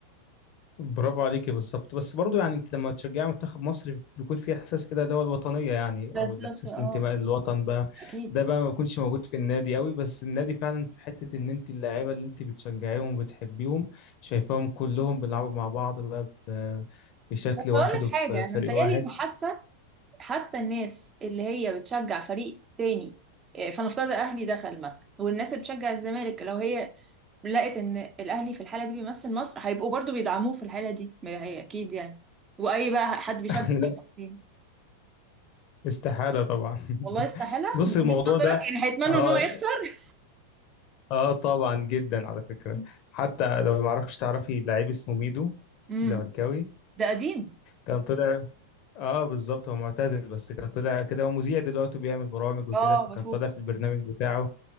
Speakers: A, on the left; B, on the right.
A: برافو عليكي بالظبط بس برضو يعني انت لما تشجعي منتخب مصر بيكون في احساس كده اللي هو الوطنية يعني
B: بالظبط
A: او الاحساس
B: اه
A: الانتماء للوطن بقى
B: اكيد
A: ده بقى ما بيكونش موجود في النادي قوي بس النادي فعلا في حتة ان انت اللاعيبة اللي انت بتشجعيهم وبتحبيهم شايفاهم كلهم بيلعبوا مع بعض بقى ب- بشكل
B: بس
A: واحد
B: اقول لك
A: وفي
B: حاجه انا
A: فريق
B: متهيألي
A: واحد
B: ان حتى حتى الناس اللي هي بتشجع فريق تاني آه، فنفترض الاهلي دخل مثلا والناس اللي بتشجع الزمالك لو هي لقت ان الاهلي في الحاله دي بيمثل مصر هيبقوا برضو بيدعموه في الحاله دي ما هي اكيد يعني واي بقى حد بيشجع
A: <laughs>
B: فريق قديم
A: استحالة طبعا <laughs>
B: والله استحاله
A: بص
B: من
A: الموضوع
B: وجهه نظرك
A: ده
B: يعني هيتمنوا
A: اه
B: ان هو يخسر
A: اه طبعا جدا على فكرة
B: <laughs>
A: حتى لو ما اعرفش تعرفي لعيب اسمه ميدو
B: امم
A: زملكاوي
B: ده قديم
A: كان طلع اه بالظبط هو معتزل بس كان طلع كده هو مذيع دلوقتي وبيعمل برامج وكده
B: اه بشوف
A: فكان طالع في البرنامج بتاعه